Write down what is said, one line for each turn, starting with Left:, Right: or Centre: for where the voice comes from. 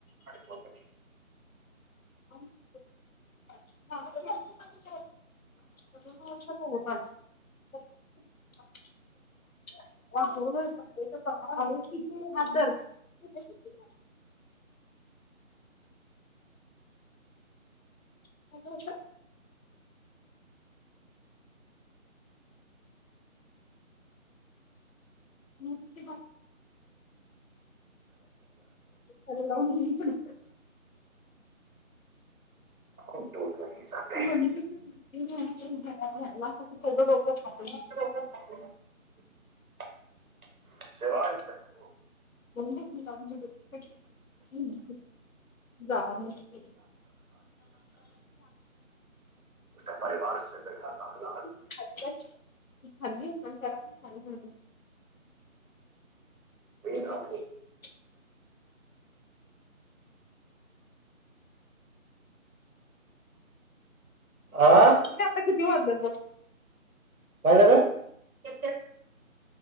Right: हो सके
Left: <unintelligible> द वर्ष प अह आहे ति हादर <unintelligible> <unintelligible> कडी लावून गेली..
Right: खोटं <unintelligible>
Left: <unintelligible>
Right: <unintelligible>
Left: ज दिलाज ब स्पशल जा मुशक
Right: उ परिवार बखातता हलाल
Left: ख खल्ली खान स खाय किती
Right: न आत
Left: <inaudible> <inaudible>
Right: आं
Left: आता किती वात लाग
Right: काय झालं ा